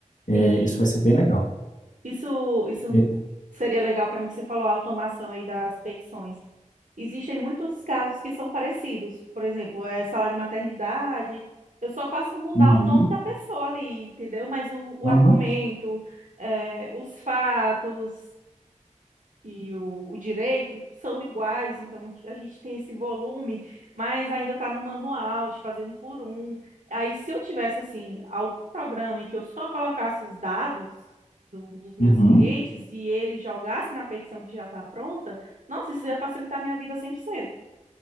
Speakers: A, on the left (about 85°); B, on the right (about 85°).
A: É,
B: sim.
A: isso vai ser bem legal.
B: Isso, isso
A: É,
B: seria legal para mim que você falou a automação aí das petições. Existem muitos casos que são parecidos. Por exemplo, é salário maternidade. Eu só faço mudar
A: uhum,
B: o nome da pessoa ali, entendeu? Mas o, o
A: aham,
B: argumento, é, os fatos e o, o direito são iguais, então a gente tem esse volume, mas ainda está no manual de fazer um por um. Aí, se eu tivesse assim algum programa em que eu só colocasse os dados do- dos meus
A: uhum,
B: clientes e ele jogasse na petição que já está pronta, nossa, isso ia facilitar a minha vida cem por cento